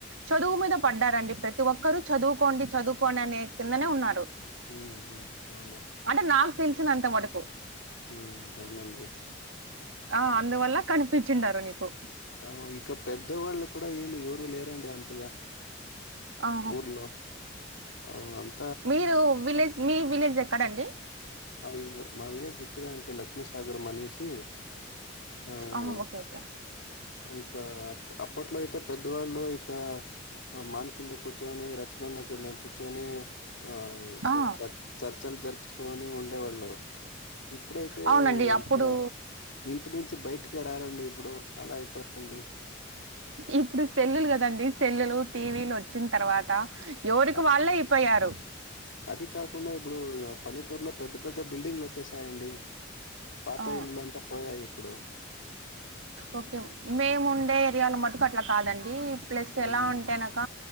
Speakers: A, on the right; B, on the left.
A: చదువు మీద పడ్డారండి ప్రతి ఒక్కరూ చదువుకోండి చదువుకోండి అనే కిందనే ఉన్నారు
B: హ్మ్ హు అవును
A: అంటే నాకు తెలిసినంత మటుకు
B: హ్మ్ అవునండి
A: ఆ అందువల్ల కనిపిచిండరు నీకు
B: ఆ ఇక పెద్దవాళ్ళు కూడా ఏమి యూ రు లేరండి అంతగా
A: ఆహా!
B: ఊర్లో ఆ అన్
A: మీరు విలేజ్ మీ విలేజ్ ఎక్కడండి
B: అవి ఇవ్ మా విలేజ్ ఇక్కడే అంటే లక్ష్మీ సాగరం అనేసి ఆహ్,
A: ఆ ఓకే ఓకే
B: ఇక అప్ అప్పట్లో అయితే పెద్దవాళ్ళు ఇక ఆ మాన్ కింద కూచ్చోని రచ్చబండ కింద కూ చ్చోని ఆ
A: ఆ!
B: చ చర్చలు జరుపుకొని ఉండేవాళ్ళు ఇప్పుడైతే
A: అవునండి. అప్పుడు
B: ఇక ఇంటి నుంచి బయటికే రారండి ఇప్పుడు అలా అయిపోయిందండి
A: ఇప్పుడు సెల్లులు కదండి సెల్లులు టీ వీ లు వచ్చిన తర్వాత ఎవరికి
B: అ
A: వాళ్ళు అయిపోయారు
B: అది కాకుండా ఇప్పుడు ఇగ పల్లెటూరులో పెద్ద పెద్ద బిల్డింగ్లు వచ్చేసాయండి పాత
A: ఆ!
B: ఇల్లులంతా పోయాయ్ ఇప్పుడు
A: ఓకే మేము ఉండే ఏరియాల మటుకు అట్లా కాదండి ప్లస్
B: హుహు.
A: ఎలా అంటే అనక